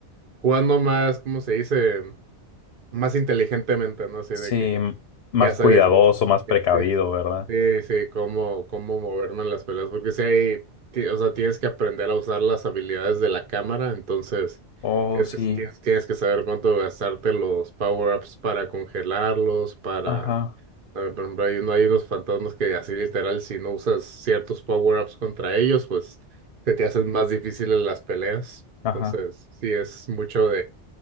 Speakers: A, on the right; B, on the left.
A: jugando más, ¿cómo se dice? más inteligentemente, ¿no? Así
B: Sí,
A: de que
B: m- más
A: ya sabía
B: cuidadoso,
A: cómo,
B: más precavido,
A: ya, sí,
B: ¿verdad?
A: sí, sí, cómo, cómo moverme en las peleas, porque si hay, ti- o sea, tienes que aprender a usar las habilidades de la cámara, entonces
B: Oh,
A: tienes
B: sí.
A: que, tienes, tienes que saber cuánto gastarte los power-ups para congelarlos, para,
B: Ajá,
A: para, por ejemplo, hay uno, hay unos fantasmas que así literal, si no usas ciertos power-ups contra ellos, pues se te hacen más difíciles las peleas,
B: ajá.
A: entonces sí, es mucho